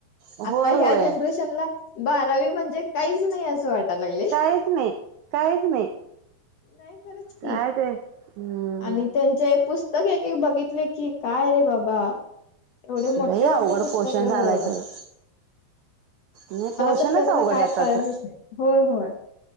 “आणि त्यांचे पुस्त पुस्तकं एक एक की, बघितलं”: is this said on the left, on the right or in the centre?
Left